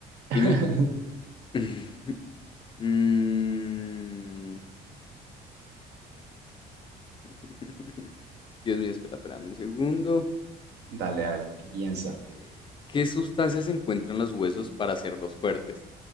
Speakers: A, on the right; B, on the left.
A: <laughs>
B: Dime. <laughs> Mm, <laughs> Dios mío, espera, espérame un segundo.
A: Dale, dale, piensa.
B: Eh, ¿Qué sustancias se encuentran en los huesos para hacerlos fuertes?